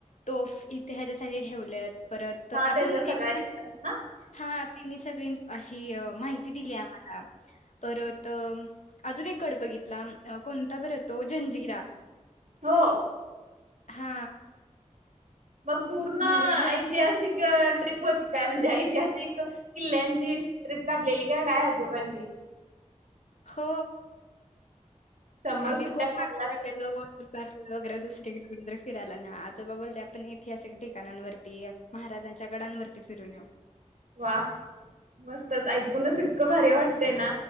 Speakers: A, on the left; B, on the right.
A: तोफ इथे हयाच्यासाठी ठेवलेत. परत
B: हा
A: अजून
B: त्यांचा सगळा
A: एक
B: इतिहास
A: <inaudible>
B: ना
A: हा ते मी सगळी अशी माहिती दिली आम्हाला परत अजून एक गड बघितला, कोणता? बरं तो जंजिरा
B: हो
A: हा
B: मग पूर्ण
A: मुरुड जंजिरा
B: ऐतिहासिक अअ ट्रिप होती काय म्हण ऐतिहासिक किल्ल्यांची ट्रीप काढलेली का काय आजोबांनी?
A: हो
B: समर
A: आम्ही
B: सुट्ट्या
A: खूप
B: पडलात
A: <inaudible> वॉटर पार्क वगैरे दुसरीकडे कुठेतरी अस फिरायला न्या आजोबा बोलले आपण ऐतिहासिक ठिकाणांवरती महाराजांच्या गडांवरती फिरून येऊ
B: वा मस्तच ऐकूनच इतकं भारी वाटतंय ना